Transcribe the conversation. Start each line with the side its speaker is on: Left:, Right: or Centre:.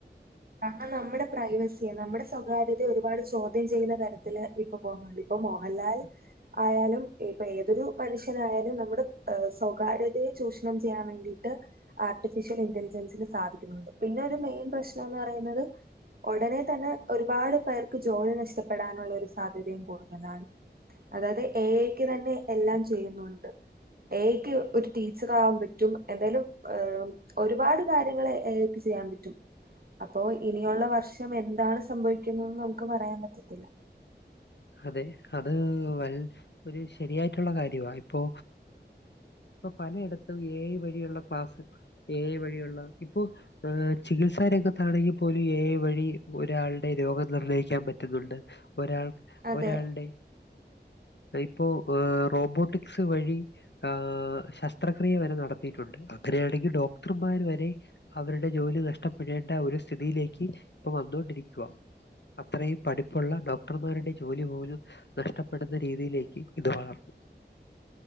Right: ആ നമ്മുടെ പ്രൈവസിയെ നമ്മുടെ സ്വകാര്യതയ ഒരുപാട് ചോദ്യം ചെയ്യുന്ന തലത്തില് ഇപ്പൊ പോകുന്നുണ്ട് ഇപ്പൊ മോഹൻലാൽ ആയാലും ഇപ്പൊ ഏതൊരു മനുഷ്യനായാലും നമ്മുടെ സ്വകാര്യതയെ ചൂഷണം ചെയ്യാൻ വേണ്ടിട്ട് ആർട്ടിഫിഷ്യൽ ഇന്റലിജൻസിന് സാധിക്കുന്നുണ്ട് പിന്നെ ഒരു മെയിൻ പ്രശ്നം ന്ന് പറയുന്നത് ഉടനെ തന്നെ ഒരുപാട് പേർക്ക് ജോലി നഷ്ടപ്പെടാനുള്ള ഒരു സാധ്യതയും കൂടുതലാണ് അതായത് ഏ ഏ യ്ക്ക് തന്നെ എല്ലാം ചെയ്യുന്നുണ്ട് ഏ ഏ യ്ക്ക് ഒരു ടീച്ചറാവാൻ പറ്റും എന്തായാലും ഒരുപാട് കാര്യങ്ങളെ എ എക്ക് ചെയ്യാൻ പറ്റും അപ്പോ ഇനിയുള്ള വർഷം എന്താണ് സംഭവിക്കുന്നന്ന് നമുക്ക് പറയാൻ പറ്റത്തില്ല
Left: അതെ അത് വ ഒരു ശരിയായിട്ടുള്ള കാരുവാഇപ്പോ പലയിടത്തും ഏഎയ് വഴിയുള്ള ക്ലാസ്സ് ഏ വഴിയുള്ള ഇപ്പൊ ചികിത്സാരംഗത്താണെങ്കിൽ പോലും ഏഎയ് വഴി ഒരാളുടെ രോഗം നിർണ്ണയിക്കാൻ പറ്റുന്നുണ്ട് ഒരാൾ
Right: അതെ
Left: ഒരാൾടെ ഇപ്പോ ഏ റോബോട്ടിക്സ് വഴി ആ ശസ്ത്രക്രിയ വരെ നടത്തിയിട്ടുണ്ട് അങ്ങനെയാണെങ്കിൽ ഡോക്ടർമാർ വരെ അവരുടെ ജോലി നഷ്ടപ്പെടേണ്ട ഒരു സ്ഥിതിയിലേക്ക് ഇപ്പൊ വന്നൊണ്ടിരിക്കുക അത്രയും പഠിപ്പുള്ള ഡോ ഡോക്ടർമാരുടെ ജോലി പോലും നഷ്ടപ്പെടുന്ന രീതിയിലേക്ക് ഇത് വളർന്നു